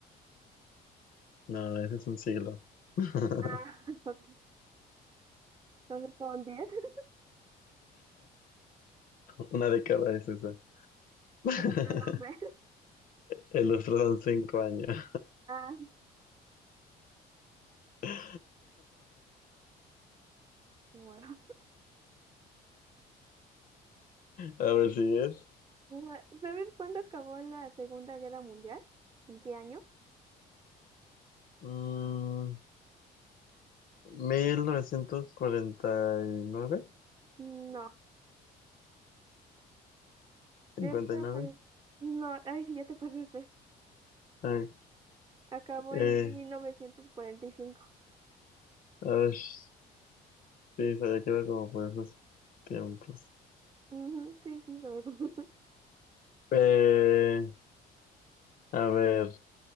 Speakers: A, on the left (about 55°); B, on the right (about 25°).
A: No, ese es un siglo. <laughs>
B: Ah, <laughs> ok. Entonces son diez. <laughs>
A: Una década es esa. <laughs>
B: Entonces no sé.
A: El lustro son cinco años.
B: Ah,
A: <laughs>
B: sí, bueno.
A: A ver si es.
B: Ah, ¿Sabes cuándo acabó la Segunda Guerra Mundial? ¿En qué año?
A: Mm, 1949,
B: No.
A: 59.
B: Cerca, pero... No, ay, sí, ya te pasaste.
A: Ay,
B: Acabó
A: eh,
B: en 1945.
A: a ver, sí, se había quedado como por esos tiempos.
B: Ujú, sí, no sé. <laughs>
A: Eh, a ver,